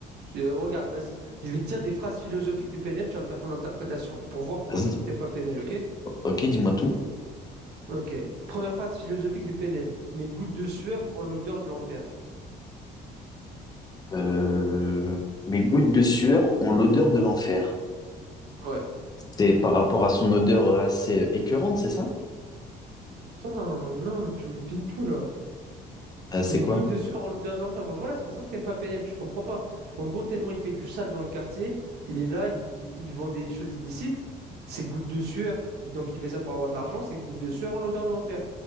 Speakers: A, on the right; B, on the left.
A: Tu- euh, regarde, vas-y, je vais te dire des phrases philosophiques de PNL, tu vas me faire ton interprétation pour voir pourquoi
B: Vas-y,
A: tu t'aimes pas PNL, ok?
B: ok, dis-moi tout.
A: Ok. Première phrase philosophique de PNL. Mes gouttes de sueur ont l'odeur de l'enfer.
B: Euh, mes gouttes de sueur ont l'odeur de l'enfer.
A: Ouais.
B: C'est par rapport à son odeur assez écœurante, c'est ça?
A: Putain, non, tu whippines tout là.
B: Euh, c'est
A: Mais
B: quoi?
A: goutte de sueur en l'odeur de l'enfer. Bah voilà, c'est pour ça que t'aimes pas PNL, tu comprends pas. En gros, tellement il fait du sale dans le quartier, il est là, il, il vend des choses illicites. C'est goutte de sueur, il- donc il fait ça pour avoir de l'argent, c'est goutte de sueur en l'odeur de l'enfer.